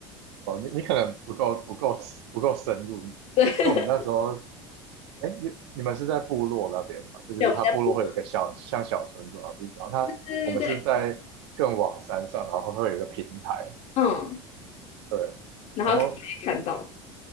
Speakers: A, on the right; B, on the left.
A: 哦你你可能不够不够不够深入，因为我们那时候
B: 对，<laughs>
A: 哎你你们是在部落那边嘛，就是它部落会有一个小像小村庄的地方，
B: 对，我们在补。
A: 它我们是在更往山上，
B: 对对对，
A: 然后会有一个平台，
B: 嗯，
A: 对，
B: 然后可以看到。
A: 然后